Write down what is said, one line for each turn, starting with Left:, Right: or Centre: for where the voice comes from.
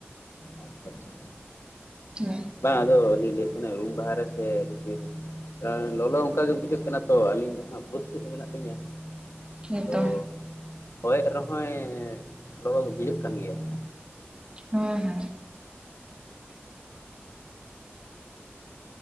Left: ᱟᱪᱪᱷᱟ ᱟᱪᱪᱷᱟ
Right: ᱦᱮᱸ
Left: ᱵᱟᱝ ᱟᱫᱚ ᱞᱤᱧ ᱞᱟᱹᱭᱮᱫ ᱛᱟᱦᱮᱸᱱᱟ ᱨᱩᱢ ᱵᱟᱦᱟᱨᱮ ᱥᱮ ᱵᱷᱤᱛᱤᱨ? ᱞᱚᱞᱚ ᱚᱱᱠᱟᱜᱮ ᱵᱩᱡᱷᱟᱹᱜ ᱠᱟᱱᱟ ᱛᱚ ᱟᱹᱞᱤᱧ ᱫᱚ ᱦᱟᱸᱜ ᱵᱟᱫᱽ ᱥᱮᱫ ᱢᱮᱱᱟᱜ ᱞᱤᱧᱟᱹ᱾
Right: ᱦᱮᱸᱛᱚ
Left: ᱟᱫᱚ ᱦᱚᱭᱮᱜ ᱨᱮᱦᱚᱸᱭ ᱞᱚᱞᱚ ᱫᱚ ᱵᱩᱡᱷᱟᱹᱜ ᱠᱟᱱ ᱜᱮᱭᱟ᱾
Right: ᱦᱩᱸ ᱦᱮᱸ᱾